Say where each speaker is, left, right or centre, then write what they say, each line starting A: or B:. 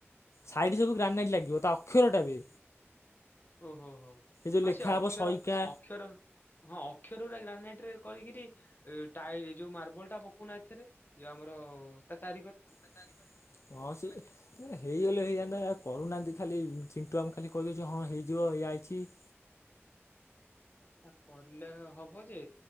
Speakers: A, on the left; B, on the left.
A: ସାଇଡ ସବୁ ଗ୍ରାନେଟ୍ ଲାଗିବ ତା ଅକ୍ଷରଟା ବି
B: ଓହୋ ହୋ
A: ଯୋଉ
B: ହ
A: ଲେଖା
B: ସେ ଅକ୍ଷର
A: ହବ ସଇକା
B: ଅକ୍ଷର ହଁ ଅକ୍ଷର ଉରା ଗ୍ରାନାଇଟ ରେ କରିକିରି ଟାଇ ଯୋଉ ମାର୍ବଲ ଟା ପକଉନା ଏଥିରେ। ଯୋଉ ଆମର ତା ଚାରି କ
A: <unintelligible> ହଁ ସେ ଏ ହେଇଗଲେ ହେଇଥାନ୍ତା କରୁନାହାନ୍ତି ଖାଲି ଚିଣ୍ଟୁ ଆମକୁ ଖାଲି କହିଦଉଛୁ ହଁ ହେଇଯିବ ଇଆ ଅଛି। <inaudible>
B: ଆ କଲେ ହବ ଯେ